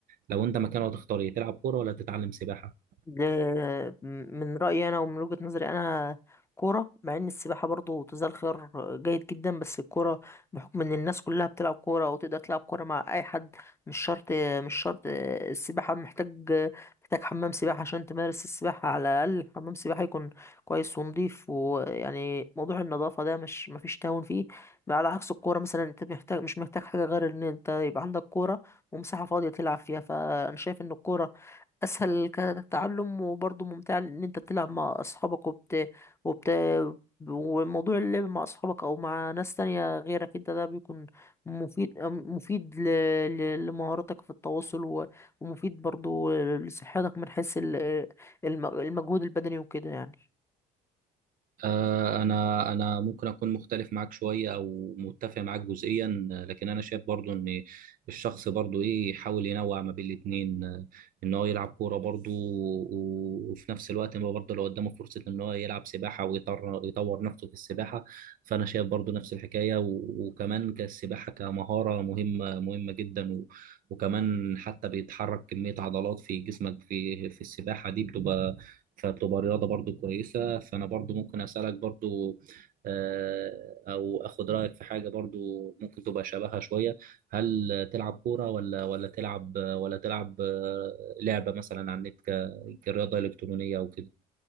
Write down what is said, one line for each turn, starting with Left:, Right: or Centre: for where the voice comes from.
Right: لو انت مكانه هتختار ايه تلعب كوره ولا تتعلم سباحه
Left: ل- من رأيي أنا ومن وجهة نظري أنا كورة مع إن السباحة برضو تزال خيار جيد جدا بس الكورة بحكم إن الناس كلها بتلعب كورة أو تقدر تلعب كورة مع أي حد مش شرط مش شرط السباحة محتاج محتاج حمام سباحة عشان تمارس السباحة على الأقل حمام سباحة يكون كويس ونضيف ويعني موضوع النظافة ده مش مفيش تهاون فيه على عكس الكورة مثلا أنت محتاج مش محتاج حاجة غير إن أنت يبقى عندك كورة ومساحة فاضية تلعب فيها فأنا شايف إن الكورة اسهل كتعلم وبرضه ممتع لان انت بتلعب مع اصحابك وبت وبت وموضوع اللعب مع اصحابك او مع ناس تانية غيرك انت ده بيكون مفيد مفيد ل... ل... لمهاراتك في التواصل و... ومفيد برضه لصحتك من حيث ال- الم... المجهود البدني وكده يعني
Right: آه، انا انا ممكن اكون مختلف معاك شويه او متفق معاك جزئيا آه، لكن انا شايف برضو ان الشخص برضو ايه يحاول ينوع ما بين الاتنين آه، ان هو يلعب كوره برضو و- وفي نفس الوقت ما برضو لو قدامه فرصه ان هو يلعب سباحه ويطور يطور نفسه في السباحه فانا شايف برضو نفس الحكايه و- وكمان كالسباحه كمهاره مهمه مهمه جدا و- وكمان حتى بيتحرك كميه عضلات في جسمك في في السباحه دي بتبقى فبتبقى رياضة برضو كويسة فأنا برضو ممكن أسألك برضو آه، أو أخد رأيك في حاجة برضو ممكن تبقى شبهها شوية هل تلعب كورة ولا ولا تلعب ولا تلعب آه، لعبة مثلا على النت ك- كرياضة إلكترونية أو كده